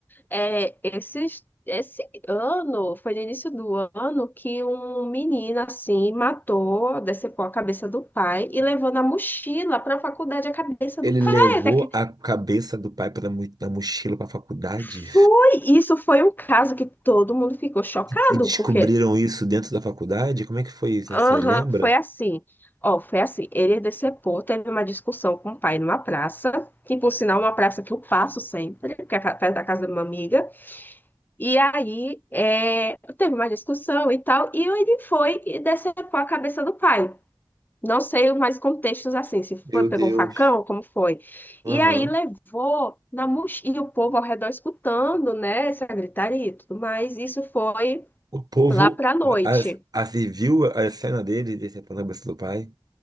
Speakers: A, on the left (about 20°); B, on the right (about 45°).
A: é, esse esse ano, foi no início do ano, que um menino, assim, matou, decepou a cabeça do pai e levou na mochila para a faculdade a cabeça
B: Ele
A: do pai.
B: levou
A: Até que
B: a cabeça do pai para da mochila para a faculdade
A: foi, isso foi um caso que todo mundo ficou chocado,
B: e descobriram
A: porque
B: isso dentro da faculdade? Como é que foi isso? Você
A: Aham,
B: lembra?
A: foi assim. Ó, foi assim. Ele decepou, teve uma discussão com o pai numa praça, que por sinal é uma praça que eu passo sempre, que é ca- perto da casa de uma amiga. E aí é, teve uma discussão e tal, e ele foi e decepou a cabeça do pai. Não sei mais contextos assim, se foi,
B: Meu
A: pegou
B: Deus.
A: um facão, como foi.
B: Aham.
A: E aí levou na mochila, e o povo ao redor escutando, né, essa gritaria e tudo mais. Isso foi
B: O povo
A: lá pra noite.
B: as, as, e viu a cena dele de decepando a cabeça do pai?